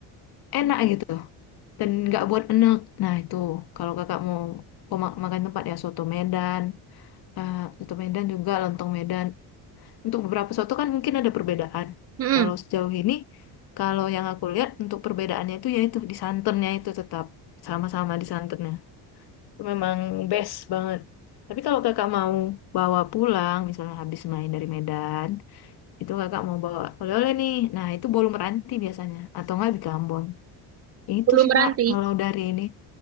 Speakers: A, on the left; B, on the right.
A: enak gitu. Dan nggak buat enek. Nah itu kalau kakak mau koma- makan tempat ya soto Medan, eh, soto Medan juga lontong Medan. Untuk beberapa soto kan mungkin ada perbedaan.
B: Mm-mm.
A: Kalau sejauh ini, kalau yang aku lihat untuk perbedaannya itu yaitu di santannya itu tetap sama-sama di santannya memang best banget. Tapi kalau kakak mau bawa pulang, misalnya habis main dari Medan, itu kakak mau bawa oleh-oleh nih. Nah, itu bolu meranti biasanya, atau nggak di Ambon. Itu
B: Belum
A: sih
B: berhenti.
A: kak, kalau dari ini.